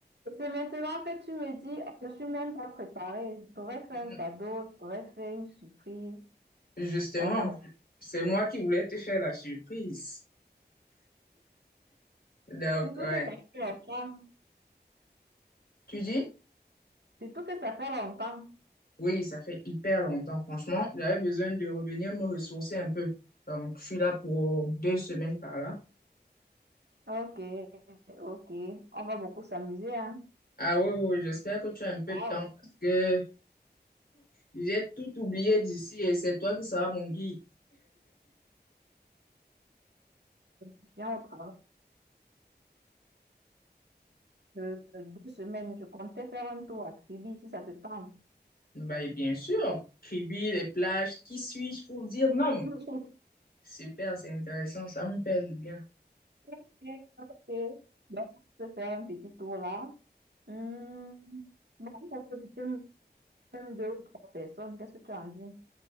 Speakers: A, on the right; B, on the left.
A: C'est maintenant que tu me dis, oh, je suis même pas préparée. Je pourrais faire
B: Hmm,
A: un cadeau, je pourrais faire une surprise.
B: Justement,
A: Oh,
B: c'est moi qui voulais te faire la surprise. Donc,
A: surtout
B: ouais.
A: que ça fait longtemps.
B: Tu dis?
A: Surtout que ça fait longtemps.
B: Oui, ça fait hyper longtemps, franchement. J'avais besoin de revenir me ressourcer un peu. Donc, je suis là pour deux semaines par là.
A: Ok, ok. On va beaucoup s'amuser, hein.
B: Ah ouais, ouais, ouais, j'espère que tu as un peu
A: Wow.
B: de temps parce que J'ai tout oublié d'ici et c'est toi qui seras mon guide.
A: Je viens au travail euh, deux semaines. Je comptais faire un tour à Tribi, si ça te tente.
B: Bah, et bien sûr, Kribi, les plages, qui suis-je pour dire non?
A: <laughs>
B: Super, c'est intéressant, ça me fait du bien.
A: Ok, ok. Donc, on peut faire un petit tour là. Hmm. Bon, on peut inviter même deux ou trois personnes. Qu'est-ce que tu en dis?